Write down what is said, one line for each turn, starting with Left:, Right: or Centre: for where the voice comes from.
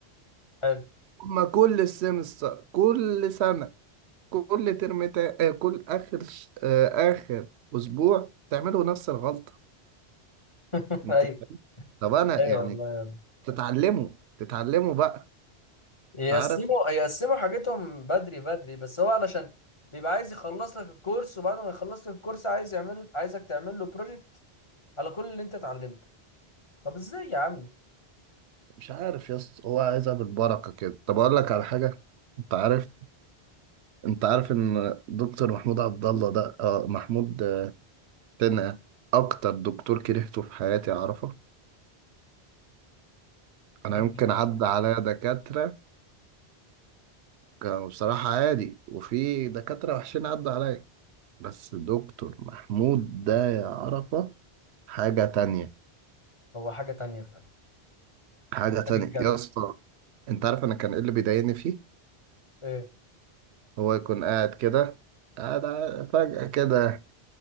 Left: حلو
Right: هما كل السمستر كل سنة كل ترم تا... آه، كل اخر ش- آه، اخر اسبوع تعملوا نفس الغلطه
Left: <laughs>
Right: انت
Left: ايوه
Right: طب انا
Left: ايوه
Right: يعني
Left: والله يا ابني
Right: تتعلموا تتعلموا بقى
Left: يقسموا
Right: انت عارف
Left: يقسموا حاجتهم بدري بدري بس هو علشان بيبقى عايز يخلص لك الكورس وبعد ما يخلص لك الكورس عايز يعمل عايزك تعمل له بروجكت على كل اللي انت اتعلمته طب ازاي يا عم
Right: مش عارف يا اسطى هو عايزها بالبركه كده طب اقول لك على حاجه انت عارف انت عارف ان دكتور محمود عبد الله ده آه محمود آه، تنقه اكتر دكتور كرهته في حياتي اعرفه انا
Left: <laughs> ليه
Right: يمكن
Left: كده؟
Right: عدى عليا دكاتره كانوا بصراحه عادي وفي دكاتره وحشين عدى عليا بس دكتور محمود ده يا عرفة حاجة تانية
Left: هو حاجة تانية فعلا
Right: حاجة
Left: حاجة
Right: تانية
Left: تانية بجد
Right: يا اسطى انت عارف انا كان ايه اللي بيضايقني فيه
Left: ايه
Right: هو يكون قاعد كده قاعد ع- فجأة كده